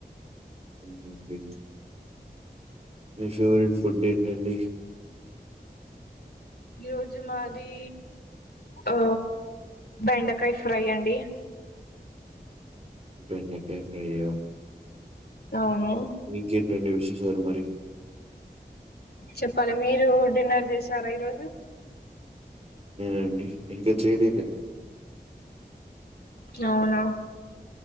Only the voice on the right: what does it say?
హుహుహు. మీ ఫేవరెట్ ఫుడ్ ఏంటండి
బెండకాయ ఫ్రైయా?
ఇంకేంటండి విశేషాలు మరి
అండి ఇంకా చేయలేదు